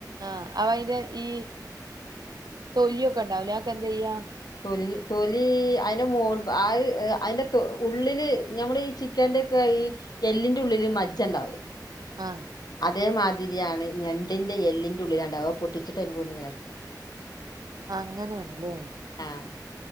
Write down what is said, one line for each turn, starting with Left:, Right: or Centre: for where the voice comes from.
Right: ആഹ അവയിന്റെ ഈ തൊലിയൊക്കെണ്ടാവൂലെ അതൊക്കെ എന്ത ചെയ്യാ
Left: തൊല്ല് തൊലീ അയ്ന്റെ മോൾഭാ ആഹ് അയ്ന്റെ തൊ ഉള്ളില് ഞമ്മളീ ചി ക്കന്റെക്കെ ഈ എല്ലിന്റെ ഉള്ളില് മജ്ജ ണ്ടാവേ
Right: ആഹ്
Left: അതേമാതിരിയാണ് ഞണ്ടിന്റെ എല്ലിൻ്റെ ഉള്ളിലാണ്ടാവ അവ പൊട്ടിച്ചിട്ട് അയ്ൻ്റെ ഉള്ള്ന്ന്ങ്ങനെ എട്ക്കാ
Right: അങ്ങനെണ്ലേ
Left: ആഹ്